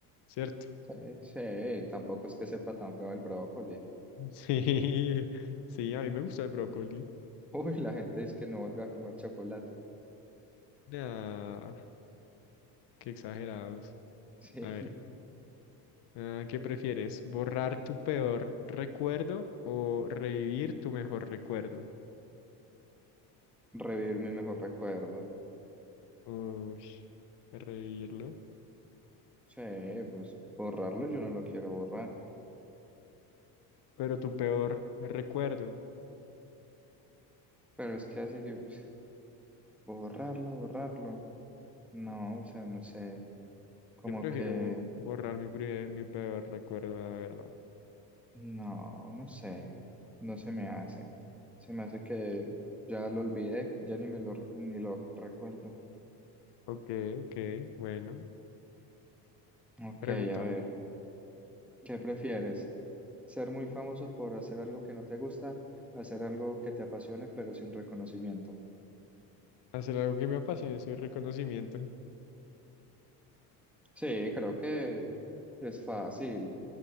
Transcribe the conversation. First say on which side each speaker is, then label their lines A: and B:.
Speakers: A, on the left; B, in the centre.
A: ¿cierto?
B: sí, sí, tampoco es que sepa tan feo el brócoli.
A: <laughs> Sí, sí, a mí me gusta el brócoli.
B: Uy, la gente dice que no vuelve a comer chocolate.
A: Nah, qué exagerados.
B: Sí,
A: A ver, ah, ¿qué prefieres? ¿Borrar tu peor recuerdo o revivir tu mejor recuerdo?
B: <laughs> revivir mi mejor recuerdo.
A: Uy, revivirlo.
B: Sí, pues borrarlo yo no lo quiero borrar.
A: Pero tu peor recuerdo.
B: Pero es que así que, pues, borrarlo, borrarlo. No, o sea, no sé. Como
A: Yo prefiero
B: que,
A: borrar mi, pri- mi peor recuerdo, la verdad.
B: no, no sé. No se me hace. Se me hace que ya lo olvidé, ya ni me lo, ni lo recuerdo.
A: Ok, ok, bueno.
B: Ok,
A: Pregúntame.
B: a ver. ¿Qué prefieres? ¿Ser muy famoso por hacer algo que no te gusta, hacer algo que te apasione pero sin reconocimiento?
A: Hacer algo que me apasione sin reconocimiento.
B: Sí, creo que es fácil